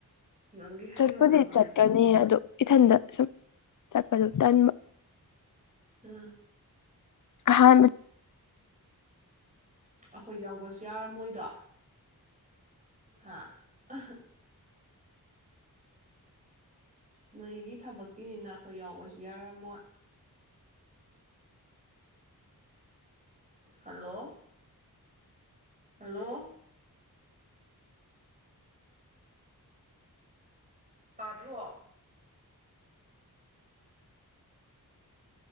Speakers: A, on the right; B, on the left.
A: ꯅꯪꯒꯤ ꯍꯩꯍꯧꯔꯉꯥꯏꯒꯤ
B: ꯆꯠꯄꯨꯗꯤ ꯆꯠꯀꯅꯤ ꯑꯗꯣ ꯏꯊꯟꯗ ꯁꯨꯝ ꯆꯠꯄꯗꯨ ꯇꯟꯕ
A: ꯑꯥ
B: ꯑꯍꯥꯟ
A: ꯑꯩꯈꯣꯏ ꯌꯥꯎꯕꯁꯨ ꯌꯥꯔꯝꯃꯣꯏꯗꯣ ꯍꯥꯥ ꯑꯍ ꯅꯣꯏꯒꯤ ꯊꯕꯛꯀꯤꯅꯤꯅ ꯑꯩꯈꯣꯏ ꯌꯥꯎꯕꯁꯨ ꯌꯥꯔꯝꯃꯣꯏ ꯍꯜꯂꯣ ꯍꯜꯂꯣ ꯇꯥꯗ꯭ꯔꯣ